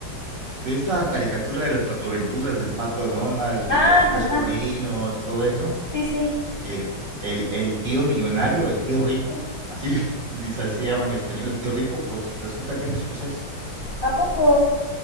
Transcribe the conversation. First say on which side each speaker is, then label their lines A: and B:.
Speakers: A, on the right; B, on the left.
A: de esta caricatura de las patoaventuras del pato Donald
B: Ah,
A: y los tres
B: ajá,
A: sobrinos, todo eso,
B: sí, sí.
A: el, el, el tío millonario, el tío rico, así le, así se llama en español, el tío rico, pues resulta que es escocés.
B: ¿A poco?